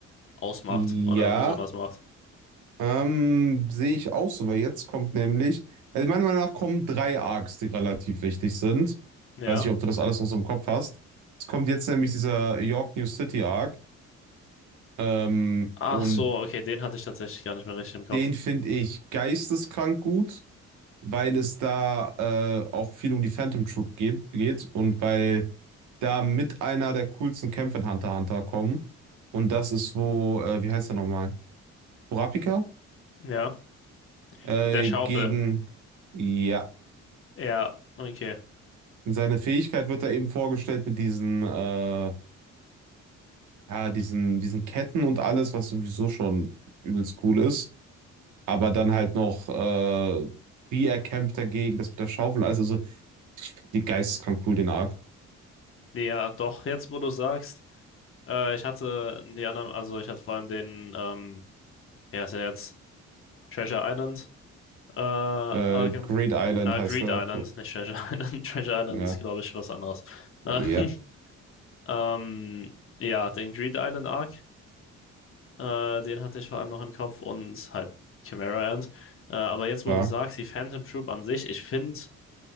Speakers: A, on the left; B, on the right.
A: ausmacht
B: Ja,
A: oder besonders macht.
B: Ähm, sehe ich auch so, weil jetzt kommt nämlich, also meiner Meinung nach kommen drei Arcs, die relativ wichtig sind.
A: Ja.
B: Weiß nicht, ob du das alles noch so im Kopf hast. Es kommt jetzt nämlich dieser York New City Arc. Ähm,
A: Ach
B: und
A: so, okay, den hatte ich tatsächlich gar nicht mehr richtig im Kopf.
B: den finde ich geisteskrank gut, weil es da äh, auch viel um die Phantom Troop geht, geht und weil da mit einer der coolsten Kämpfe in Hunter x Hunter kommen. Und das ist wo, äh, wie heißt er nochmal? Kurapika?
A: Ja.
B: Äh,
A: Mit der Schaufel.
B: gegen. Ja,
A: Ja, okay.
B: Und seine Fähigkeit wird da eben vorgestellt mit diesen, äh, ja, diesen, diesen Ketten und alles, was sowieso schon übelst cool ist. Aber dann halt noch, äh, wie er kämpft dagegen, das mit der Schaufel und alles. Also, die geisteskrank cool, den Arc.
A: Nee, ja, doch, jetzt wo du sagst, äh, ich hatte die anderen, also ich hatte vor allem den, ähm, ja, ist er jetzt Treasure Island, äh, Arkham,
B: Äh, Great Island
A: äh,
B: heißt
A: Greed
B: der.
A: Island, nicht Treasure <laughs> Island. Treasure Island
B: Ja,
A: ist, glaube ich, was anderes. Äh,
B: ja,
A: <laughs> ähm, ja, den Greed Island Arc, äh, den hatte ich vor allem noch im Kopf und halt Chimera Ant. Äh, aber jetzt,
B: klar.
A: wo du sagst, die Phantom Troop an sich, ich finde,